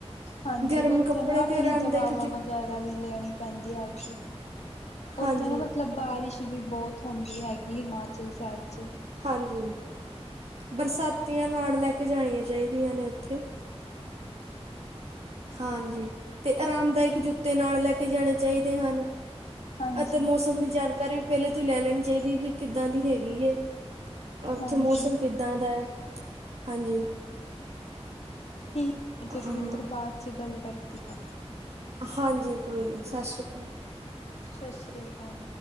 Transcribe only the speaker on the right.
ਗਰਮ
ਕੱਪੜੇ
ਤੇ ਆਰਾਮਦਾਇਕ
ਜੁੱਤੀ
ਹਾਂਜੀ,
ਹਾਂਜੀ। ਬਰਸਾਤੀਆਂ ਨਾਲ ਲੈ ਕੇ ਜਾਣੀਆਂ ਚਾਹੀਦੀਆਂ ਨੇ ਉੱਥੇ ਹਾਂਜੀ, ਤੇ ਆਰਾਮਦਾਇਕ ਜੁੱਤੇ ਨਾਲ ਲੈ ਕੇ ਜਾਣੇ ਚਾਈਦੇ ਹਨ।
ਅਤੇ ਮੌਸਮ ਦੀ ਜਾਣਕਾਰੀ ਪਹਿਲੇ ਤੋਂ ਹੀ ਲੈ ਲੈਣੀ ਚਾਈਦੀ ਵੀ ਕਿੱਦਾਂ ਦੀ ਹੈਗੀ ਏ। ਉੱਥੇ
ਮੌਸਮ ਕਿੱਦਾਂ ਦਾ ਐ ਹਾਂਜੀ।
ਹਾਂ
ਹਾਂਜੀ ਕੋਈ ਨੀ, ਸਸ ਸ਼੍ਰੀ ਕਾਲ।